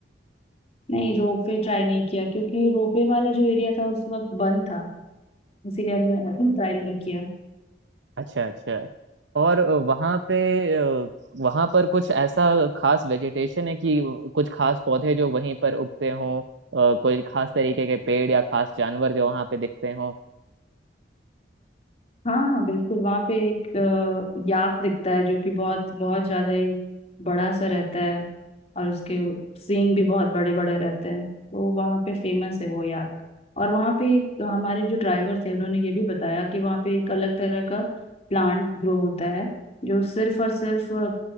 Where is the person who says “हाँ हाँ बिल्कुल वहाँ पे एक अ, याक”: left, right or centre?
Left